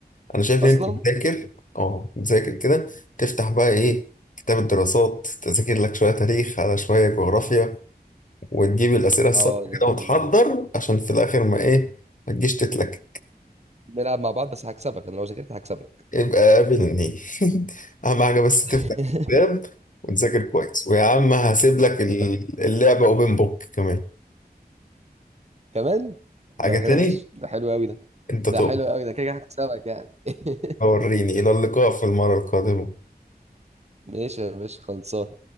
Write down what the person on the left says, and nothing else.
انا شايف
ان انت بتذاكر اه بتذاكر كده تفتح بقى ايه كتاب الدراسات تذاكر لك شويه تاريخ على شويه جغرافيا وتجيب الاسئله الصح
كده
وتحضر عشان في الاخر ما ايه ما تجيش تتلك
يبقى قابلني <laughs> اهم حاجه بس
تفتح الكتاب وتذاكر كويس ويا عم هسيب لك ال-
اللعبه اوبن بوك كمان
حاجه
تاني
انت
تقول
وريني الى اللقاء في المره القادمه